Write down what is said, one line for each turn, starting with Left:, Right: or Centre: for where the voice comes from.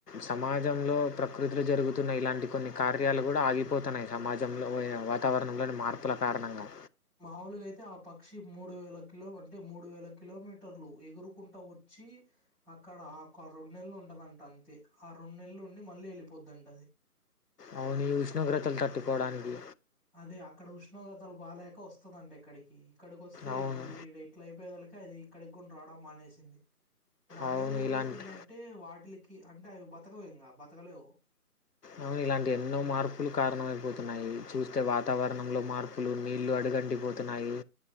Left: సమాజంలో ప్రకృతిలు జరుగుతున్న ఇలాంటి కొన్ని కార్యాలు కూడా ఆగిపోతున్నాయి. సమాజంలో వాతావరణంంలోని మార్పుల కారణంగా
Centre: మాముూలుగా అయితే ఆ పక్షి మూడు వేల కిలో అంటే మూడు వేల కిలోమీటర్లు ఎగురుకుంటా వచ్చి అక్కడ ఒక రెండు నెలలు ఉంటదంట. అంతే ఆ రెండుెలలు ఉండి మళ్ళీ వెళ్ళి పోతాదంట
Left: అవును ఈ ఉష్ణోగ్రతలు తట్టుకోవడానికి
Centre: అదే అక్కడ ఉష్ణోగ్రతలు బాగాలేక వస్తదంట ఇక్కడికి ఇక్కడికి వస్తే
Left: అవును.
Centre: ఇప్పుడు ఈ ఇట్లా అయిపోయ కలక అది ఇక్కడికిగు రావడం మానేసింది. దాని
Left: అవును
Centre: వల్ల ఏమైతుందంటే
Left: ఇలాంటి
Centre: అంటే వాటికి అంటే అవి బతకవు ఇంగా బతకలేవు
Left: అవును ఇలాంటి ఎన్నో మార్పులు కారణమైపోతున్నాయి. చూస్తే వాతావరణంలో మార్పు అప్పులు నీళ్లు అడగండిపోతున్నాయి.